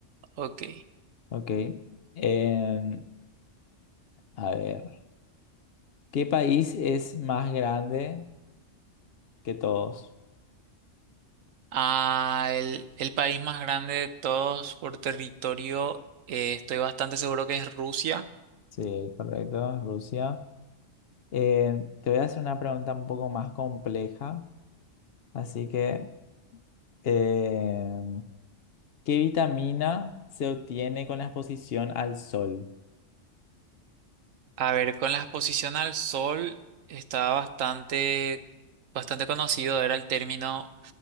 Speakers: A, on the right; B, on the left.
A: Ok.
B: Ok. Em, a ver. ¿Qué país es más grande que todos?
A: Ah, el, el país más grande de todos por territorio, eh, estoy bastante seguro que es Rusia.
B: Sí, correcto, Rusia. Em, te voy a hacer una pregunta un poco más compleja. Así que, em, ¿qué vitamina se obtiene con la exposición al sol?
A: A ver, con la exposición al sol estaba bastante, bastante conocido, era el término,